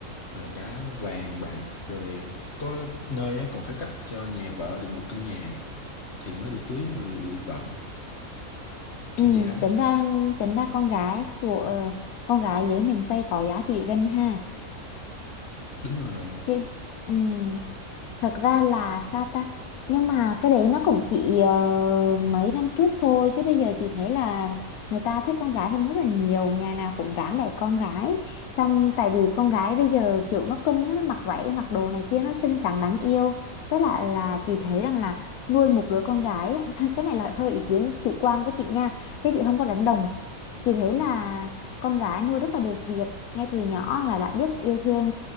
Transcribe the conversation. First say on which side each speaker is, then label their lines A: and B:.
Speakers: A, on the left; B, on the left.
A: rồi cả vàng bạc rồi có nơi á, còn phải cắt cho nhà vợ được một căn nhà thì mới được cưới người vợ kiểu
B: ừ
A: vậy đó
B: tính ra tính ra con gái của ờ, con gái dưới miền Tây có giá trị gần ha
A: đúng rồi
B: chứ ừ thật ra là sao ta nhưng mà cái đấy nó cũng chỉ ờ, mấy năm trước thôi chứ bây giờ chị thấy là người ta thích con gái hơn rất là nhiều nhà nào cũng ráng đẻ con gái xong tại vì con gái bây giờ kiểu nó cưng á, nó mặc váy mặc đồ này kia nó xinh xắn đáng yêu với lại là chị thấy rằng là nuôi một đứa con gái á, <laughs> cái này là hơi ý kiến chủ quan của chị nha thế chị không có đánh đồng chị thấy là con gái nuôi rất là được việc ngay từ nhỏ là đã biết yêu thương